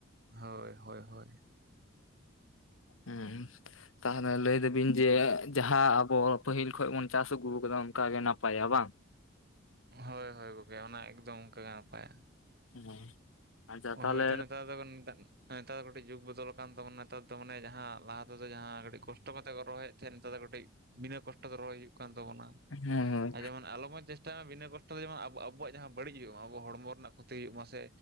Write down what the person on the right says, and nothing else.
ᱦᱳᱭ ᱦᱳᱭ ᱦᱳᱭ
ᱦᱳᱭ ᱦᱳᱭ ᱜᱚᱢᱠᱮ ᱚᱱᱟ ᱮᱠᱫᱚᱢ ᱚᱱᱠᱟ ᱜᱮᱮ ᱱᱟᱯᱟᱭᱟ
ᱦᱳᱭᱛᱚ
ᱱᱮᱛᱟᱨ ᱫᱚ ᱱᱮᱛᱟᱨ ᱫᱚ ᱠᱟᱹᱴᱤᱡ ᱡᱩᱜ ᱵᱚᱫᱚᱞ ᱟᱠᱟᱱ ᱛᱟᱵᱚᱱᱟ ᱱᱮᱛᱟᱨ ᱫᱚ ᱢᱟᱱᱮ ᱡᱟᱸᱦᱟᱸ ᱞᱟᱦᱟ ᱛᱮᱫᱚ ᱡᱟᱸᱦᱟᱸ ᱠᱟᱹᱴᱤᱡ ᱠᱚᱥᱴᱚ ᱠᱟᱛᱮᱜ ᱠᱚ ᱨᱚᱦᱚᱭᱮᱫ ᱛᱟᱦᱮᱸᱫ ᱱᱮᱛᱟᱨ ᱫᱚ ᱠᱟᱹᱴᱤᱡ ᱵᱤᱱᱟᱹ ᱠᱚᱥᱴᱚ ᱛᱮ ᱨᱚᱦᱚᱭ ᱦᱩᱭᱩᱜ ᱠᱟᱱ ᱛᱟᱵᱚᱱᱟ
ᱟᱨ ᱡᱮᱢᱚᱱ ᱟᱞᱚ ᱵᱚᱱ ᱪᱮᱥᱴᱟᱭ ᱢᱟ ᱵᱤᱱᱟᱹ ᱠᱚᱥᱴᱚ ᱛᱮ ᱡᱮᱢᱚᱱ ᱟᱵᱩ ᱟᱵ ᱟᱵᱚᱣᱟᱜ ᱡᱟᱸᱦᱟᱸ ᱵᱟᱹᱲᱤᱡ ᱦᱩᱭᱩᱜ ᱟᱵᱚᱣᱟᱜ ᱦᱚᱲᱢᱚ ᱨᱮᱱᱟᱜ ᱠᱷᱚᱛᱤ ᱢᱟᱥᱮ